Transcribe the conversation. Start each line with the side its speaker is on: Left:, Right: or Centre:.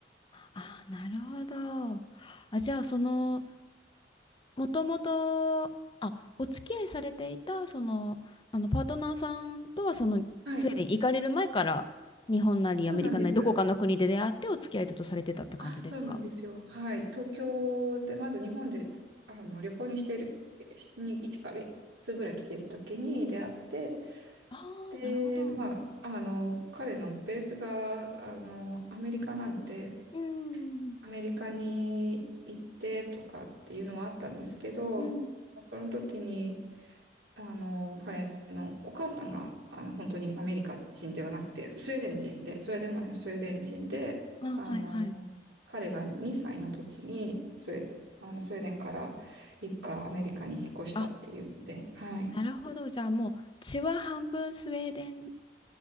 Left: あ、なるほど。あ、じゃあ、その、もともと、あ、お付き合いされていた、その、あの、パートナーさんとは、その、
Right: はい。
Left: スウェーデンに行かれる前から、日本なりアメリカなり、
Right: そうなんです。
Left: どこかの国で出会って、お付き合いずっとされてたって感じですか
Right: あ、そうなんですよ。はい。東京で、まず日本であの旅行にしている、に1ヶ月ぐらい来ている時に出会って、
Left: ああー、
Right: で、
Left: なるほど。
Right: まあ、あの、彼のベースが、あの、アメリカなので、
Left: うん。
Right: アメリカに行ってとかっていうのはあったんですけど、
Left: うん。
Right: その時に、あの、彼のお母さんが、あの、本当にアメリカ人ではなくて、スウェーデン人で、スウェーデン生まれのスウェーデン人で、
Left: あ、
Right: あの、
Left: はいはい。
Right: 彼が2歳の時にスウェーデン、あの、スウェーデンから一家アメリカに引っ越したっていうので、
Left: あ、
Right: はい。
Left: なるほど。じゃあもう血は半分スウェーデン